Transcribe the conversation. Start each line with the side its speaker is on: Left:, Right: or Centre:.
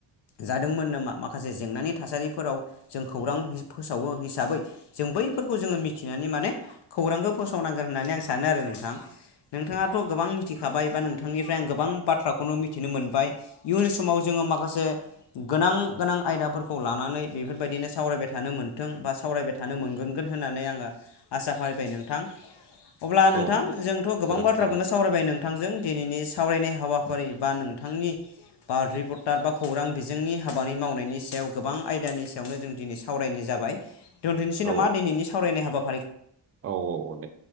Left: जादोंमोन नामा माखासे जेंनानि थासारिफोराव जों खौरां फोसावो हिसाबै जों बैफोरखौ जोंङो मिथिनानै माने खौरांखौ फोसावनांगोन होननानै आं सानो आरो नोंथां नोंथांङाथ' गोबां मिथिखाबाय बा नोंथांनिफ्राय आं गोबां बाथ्राखौनो मिथिनो मोनबाय इयुन समाव जोंङो माखासे गोनां गोनां आयदाफोरखौ लानानै बेफोरबायदिनो सावरायबाय थानो मोन्थों बा सावरायबाय थानो मोनगोनांगोन होननानै आंङो आचसा फारिबाय नोंथां अब्ला
Right: औ
Left: नोंथां जोंथ' गोबां
Right: गोजोननाय
Left: बाथ्राखौनो
Right: थाबाय
Left: सावरायबाय नोंथांजों दिनैनि सावरायनाय हाबाफारि बा नोंथांनि बा रिपर्टार बा खौरां बिजोंनि हाबानि मावनायनि सायाव गोबां आयदानि सायावनो जों दिनै सावरायनाय जाब जाब दोनथनोसै
Right: औ
Left: नामा दिनैनि सावरायनाय हाबा
Right: औ औ औ दे